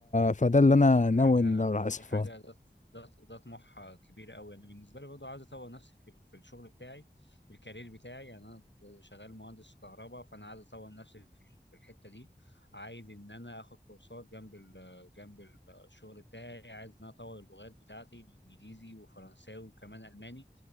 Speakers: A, on the left; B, on the left.
A: فده اللي انا
B: دي
A: ناوي
B: حاجة
A: ان انا اسافر
B: دي حاجة ده ده ده طموح كبير قوي أنا بالنسبة لي برضه عايز أطور نفسي في ال- في الشغل بتاعي في الكارير بتاعي يعني أنا شغال مهندس كهرباء فأنا عايز أطور نفسي في ال- في الحتة دي عايز إن أنا آخد كورسات جنب ال جنب ال- الشغل بتاعي عايز إن أنا أطور اللغات بتاعتي الإنجليزي وفرنساوي وكمان ألماني